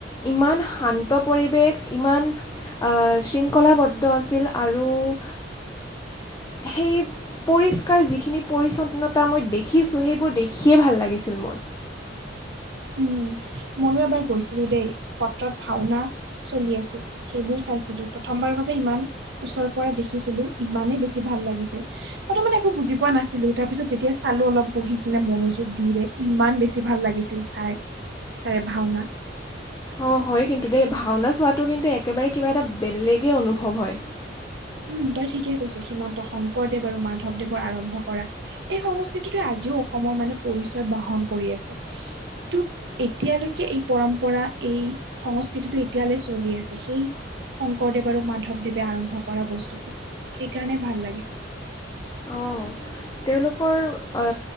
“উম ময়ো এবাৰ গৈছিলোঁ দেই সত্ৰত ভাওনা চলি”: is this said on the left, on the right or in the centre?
Right